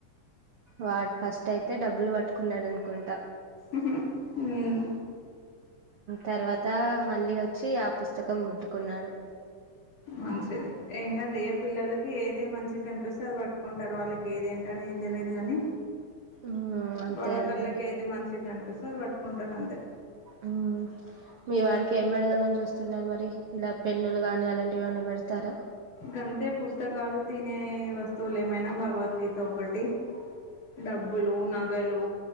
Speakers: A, on the right; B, on the left.
A: వాడు ఫస్ట్ అయితే డబ్బులు పట్టుకున్నాడ నుకుంటా
B: ఉహు ఉమ్
A: తర్వాత మళ్ళీ వచ్చి ఆ పుస్తకం ముట్టుకున్నాడు
B: మంచిది ఏం కాదు, ఏ పిల్లలకి ఏది మంచిగా కనిపిస్తే అది పట్టుకుంటారు. వాళ్ళకి ఏది ఏంటని, ఏం తెలిదు కాని
A: మ్మ్, అంతే
B: వాళ్ళ
A: అండి
B: కళ్ళకి ఏది మంచిగ కనిపిస్ అది పట్టుకుంటారు అంతే
A: మ్. మీ వాడికి ఏం పెడదామని చూస్తున్నారు మరి, ఇలా పెన్నులు గాని అలాంటివిఎమన్నా పెడతారా
B: గంతే పుస్తకాలు, తినే వస్తువులు ఏమైనా భగవద్గీత ఒకటి డబ్బులు, నగలు